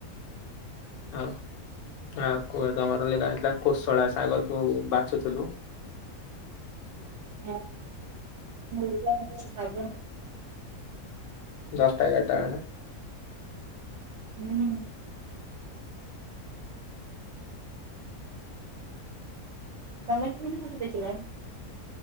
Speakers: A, on the left; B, on the right.
A: ଆଉ ଆଉ କୁହ ତମର ଲଗାହେଇଥିଲା କୋଶଳା ସା ଶାଗ ତୁ ବାଛୁଥୁଲୁ।
B: <inaudible> <inaudible>
A: ଦଶଟା ଏଗାରଟା ବେଳେ
B: ହୁଁ। ତମେ କେମିତି କଣ ଦେଖିଲ?